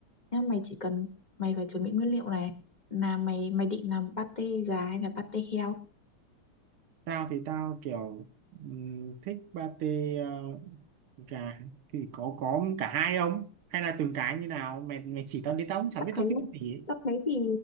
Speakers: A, on the left (about 20°); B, on the right (about 75°).
A: Nha, mày chỉ cần mày phải chuẩn bị nguyên liệu này là mày mày định làm pate gà hay là pate heo
B: Tao thì tao kiểu ừm, thích pate ờ, gà thì có có cả hai không? Hay là từng cái như nào? Mày mày chỉ tao đi tao cũng chả
A: tao
B: biết tao
A: thấy
B: thích cái gì ấy.
A: tao thấy thì